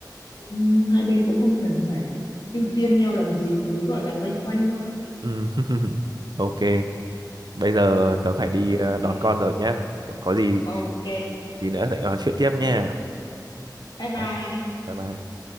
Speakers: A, on the left; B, on the right.
A: ừm, hai bên cũng không cần phải ưu tiên nhau làm gì cứ gọi là loanh quanh thôi
B: ừ <laughs> ok bây giờ tớ phải đi ờ,
A: Thế,
B: đón con rồi nhá có có gì
A: ok
B: tí nữa lại nói chuyện tiếp nha
A: ừ bye bye
B: Đấy, bye bye